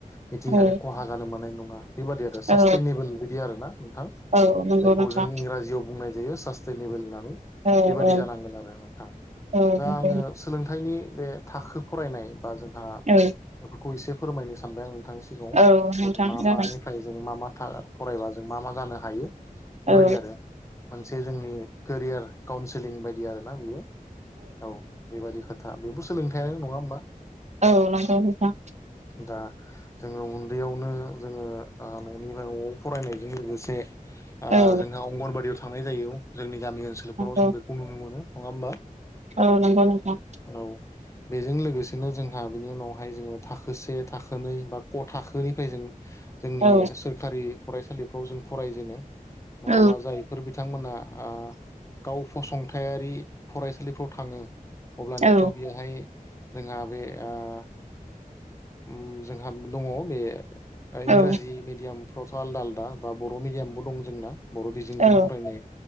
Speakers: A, on the left; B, on the right.
A: मिथिंगानि
B: औ
A: खहा जानो मोननाय नङा। बेबादि आरो सास्टेनेबोल
B: औ
A: बिदि आरो ना नोंथां
B: औ नंगौ
A: जायखौ
B: नोंथां
A: जों इंराजियाव बुंनाय बेयो सास्टेनबोल होननानै
B: औ
A: बेबादि
B: औ
A: जानांगोन आरो नोंथां।
B: औ
A: दा
B: नंगौ
A: आरो सोलोंथायनि बे थाखो फरायनाय बा जोंहा
B: औ
A: बेफोरखौ एसे फोरमायनो सानबाय आं थांखि दं
B: औ नोंथां
A: जों मा
B: जागोन
A: मानिफ्राय जों मा मा था फरायबा जों मा मा जानो हायो बेबायदि
B: औ
A: आरो मोनसे जोंनि केरियार काउन्सिलिं बायदि आरोना बियो औ बेबायदि खोथा बेबो सोलोंथायानो नङा होमा
B: औ नंथौ नोंथां
A: दा जोङो उन्दैयावनो जोङो ओ न'निफ्राय न'आव फरायनायजों लोगोसे ओ
B: औ
A: जोंहा अंगनबादियाव थांनाय जायो जोंनि गामि ओनसोलफोराव
B: नंगौ
A: जों बेखौ नुनो मोनो नङा होमबा
B: औ नंगौ नोंथां
A: औ। बेजों लोगोसेनो जोंहा बिनि उनावहाय जोङो थाखो से थाखोनै बा क' थाखोनिफ्राय जों जोंनि
B: औ
A: सोरखारि फरायसालिफ्राव जों फरायजेनो नङाबा
B: औ
A: जायफोर बिथांमोना ओ गाव फसंथायारि फरायसालिफ्राव थाङो अब्लानियाथ'
B: औ
A: बेहाय जोंहा बे ओ ओम जोंहा दङ बे ओ
B: औ
A: इंराजि मिडियामफ्रावथ' आलदा आलदा बा बर' मिडियामबो दं जोंना बर' बिजोंजों
B: औ
A: फरायनाय